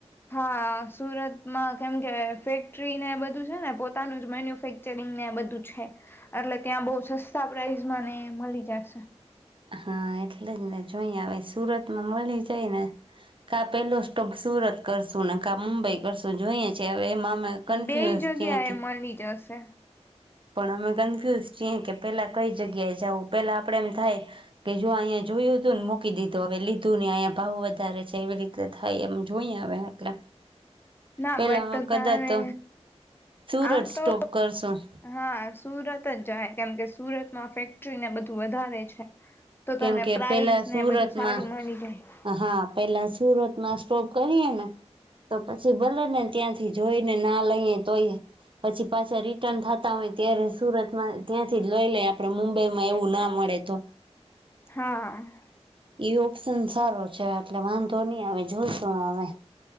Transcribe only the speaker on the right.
હા એટલે જ ને જોઈ આવે સુરત માં મળી જાય ને કા પેલો સ્ટોપ સુરત કરશું ને કા મુંબઈ કરશું જોઈએ છે હવે એમાં અમે કન્ફ્યુઝ
છીએ કે
પણ અમે કન્ફ્યુઝ છીએ કે પેલા કઈ જગ્યાએ જાવ પેલા આપડે એમ થાય કે જો અહીં. જોયું હતું ને મૂકી દીધું હવે લીધું ને અહીંયા ભાવ વધારે છે એવી રીતે થાય એમ જોઈએ હવે એટલે.
પેલા
કદાચ
સુરત
સ્ટોપ
કરશું
કેમ
કે
પેલા સુરતમાં
હા પેલા સુરતમાં સોપ કરીએ ને તો પછી ભલે ને ત્યાંથી જોઈ ને ના લઈએ તોઈએ પછી પાછા રિટર્ન થતા હોય ત્યારે સુરતમાં ત્યાંથી જ લઈ લઈ આપડે મુંબઈમાં એવું ના મળે તો
એઈ ઓપ્શન સારો છે એટલે વાંધો નહી આવે જોશો હવે